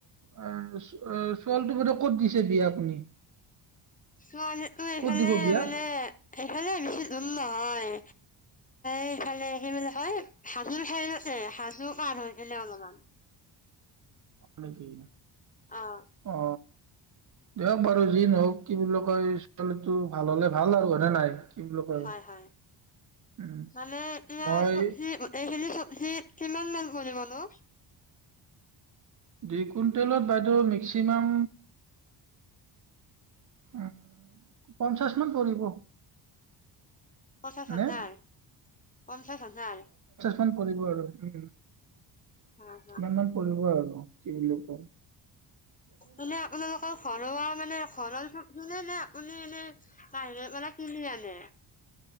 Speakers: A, on the right (about 40°); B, on the left (about 15°).
A: আহ ছোৱালটো বদে ক'ত দিছে বিয়া আপুনি
B: ছোৱালীো এইফালে
A: ক'ত দিব বিয়া
B: মানে
A: হয়
B: এইফালে বেছি ভুল নহয় এইফালে কি বুলিোলে কয় সাজো খাইতে হাজো পাৰ হৈছিলে অলপমান
A: স কি
B: অঁ
A: অ দিয়ক বাৰু যি নহওক কি বুলি কয় ছোৱালীটো ভাল হলে ভাল আৰু হনে নাই বুলি কয়
B: হয় হয়
A: উম
B: মানে এয়া
A: মই
B: চবি এইখিনি চ সি কিমান মান কৰিব নো
A: দুই কুইণ্টেলত বাইদেউ মেক্সিমাম উ পঞ্চাশ মান পৰিব
B: পঞ্চাছ হাজাৰ,
A: নে
B: পঞ্চাশ হাজাৰ।
A: পান কৰিব আৰু উ,
B: হয় হয়
A: ইমানমান পৰিঢ়িব আৰু। কি লোকৰ।
B: মানে আপোনালোকৰ ঘৰুৱা মানে ঘৰৰ চবজী মানে নে আপুনি এনে বাহিৰে মানে কিনি আনে?